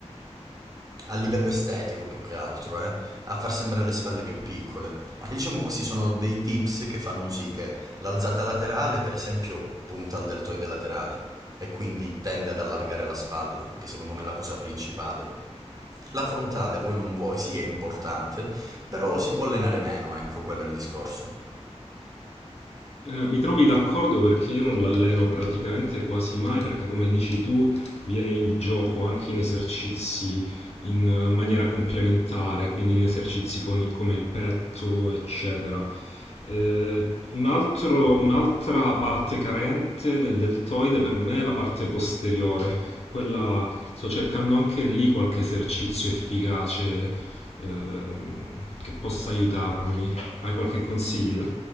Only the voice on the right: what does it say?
a livello estetico più che altro, eh, a far sembrare le spalle più piccole. E diciamo questi sono dei tips che fanno sì che l'alzata laterale, per esempio, punta al deltoide laterale e quindi tende ad allargare la spalla, che secondo me è la cosa principale. La frontale, voi non vuoi, sì, è importante, però si può allenare meno, ecco, quello è il discorso.